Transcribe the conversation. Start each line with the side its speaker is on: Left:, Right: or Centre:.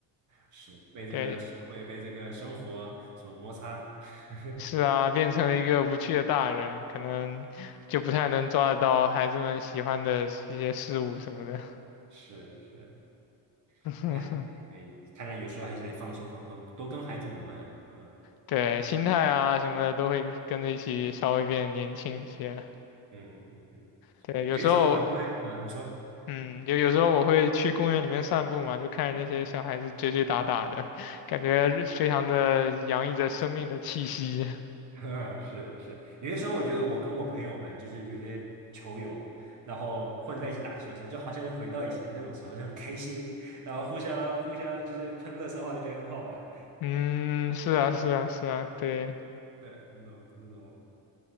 Right: 是被这个社会、
Left: 对，
Right: 被这个生活所摩擦。<laughs>
Left: 是啊，变成了一个无趣的大人，可能就不太能抓得到孩子们喜欢的一些事物什么的。
Right: 是是，
Left: <laughs>
Right: 哎，对，看来有时候还是得放松放松，多跟孩子们玩。嗯
Left: 对，心态啊什么的都会跟着一起稍微变年轻一些。
Right: 嗯嗯嗯，嗯
Left: 对，有时候，
Right: 有些时候我还会，嗯，你说。
Left: 嗯，有有时候我会去公园里面散步嘛，就看着那些小孩子追追打打的，感觉非常的洋溢着生命的气息。
Right: <laughs> 是是，有些时候我觉得我跟我朋友们就是有些球友，然后混在一起打球的时候，就好像就回到以前那种时候，就很开心，然后互相互相就是喷乐色话，就觉得很好玩。
Left: 嗯，是啊，是啊，是啊，对，
Right: 对，那种那种，